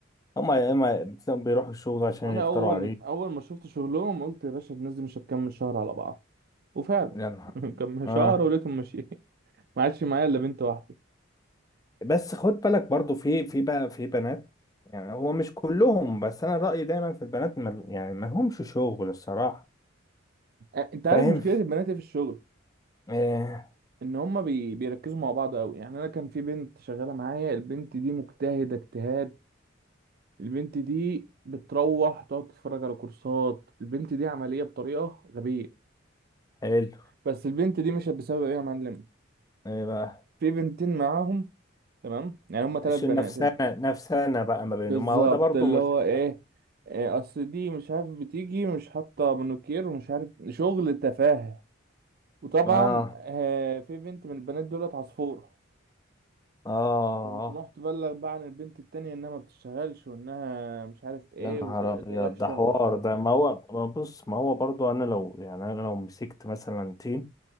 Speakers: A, on the left; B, on the right.
A: هم يا اما بتلاقيهم بيروحوا الشغل عشان
B: انا
A: يختاروا
B: اول
A: عليك
B: اول ما شفت شغلهم قلت يا باشا الناس دي مش هتكمل شهر على بعض وفعلا
A: يا نهار
B: <laughs> كم شهر
A: اه
B: ولقيتهم ماشيين <laughs> ما عادش معايا الا بنت واحده
A: بس خد بالك برضو في في بقى في بنات يعني هو مش كلهم بس انا رايي دايما في البنات ما يعني ما لهمش شغل الصراحه
B: أ- انت عارف
A: فاهم
B: مشكله البنات إيه في الشغل
A: آه
B: ان هما بي... بيركزوا مع بعض قوي يعني انا كان في بنت شغاله معايا البنت دي مجتهده اجتهاد البنت دي بتروح تقعد تتفرج على كورسات البنت دي عمليه بطريقه غبيه
A: حلو
B: بس البنت دي مشت بسبب ايه يا معلم
A: ايه بقى
B: في بنتين معاهم تمام يعني هما ثلاث
A: شو
B: بنات
A: نفسنا نفسنا بقى ما بينه
B: بالظبط
A: ما هو ده برضه
B: اللي هو
A: مش
B: ايه إيه، اصل دي مش عارف بتيجي مش حاطه مانوكير ومش عارف شغل تفاهه وطبعا
A: اه
B: آه، في بنت من البنات دولت عصفور
A: اه
B: فبتروح تبلغ بقى عن البنت التانية انها ما بتشتغلش وانها مش عارف ايه
A: يا نهار
B: وطريقتها
A: ابيض
B: وحشة
A: ده حوار
B: ومش عارف
A: ده
B: ايه
A: ما هو ما بص ما هو برضو انا لو يعني انا لو مسكت مثلا تيم